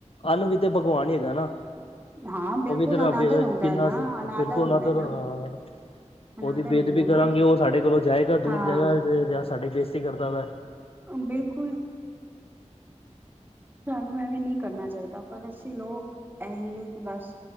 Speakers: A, on the left; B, on the right.
A: ਅੰਨ ਵੀ ਤੇ ਭਗਵਾਨ ਹੀ ਹੈਗਾ ਨਾ।
B: ਹਾਂ ਬਿਲਕੁਲ
A: ਉਹ ਵੀ ਇਧਰੇ
B: ਅਨਾਦਰ ਹੁੰਦਾ
A: ਕਿੰਨਾ
B: ਹੈ ਨਾ
A: ਸੀ
B: ਅਨਾਦਰ
A: ਬਿਲਕ
B: ਹੁੰਦਾ
A: ਨਾਧਰ
B: ਹੈ ਨਾ।
A: ਉਹਦੀ
B: ਅਨਾਦਰ
A: ਬੇਅਦਬੀ
B: ਹੁੰਦਾ ਹੈ
A: ਕਰਾਂਗੇ
B: ਨਾ
A: ਉਹ ਸਾਡੇ ਕੋਲੋਂ ਜਾਏ ਓਹ
B: ਹਾਂ
A: ਦੂਰ ਜਗ੍ਹਾ ਵੇ ਵਿਆ। ਇਹ ਸਾਡੀ ਬੇਇਜ਼ਤੀ ਕਰਦਾ ਵਾ।
B: ਬਿਲਕੁਲ। ਸਾਨੂੰ ਐਵੇਂ ਨਹੀਂ ਕਰਨਾ ਚਾਹੀਦਾ, ਪਰ ਅੱਸੀਂ ਲੋਕ ਇਹੀ ਹੈ, ਕਿ ਬਸ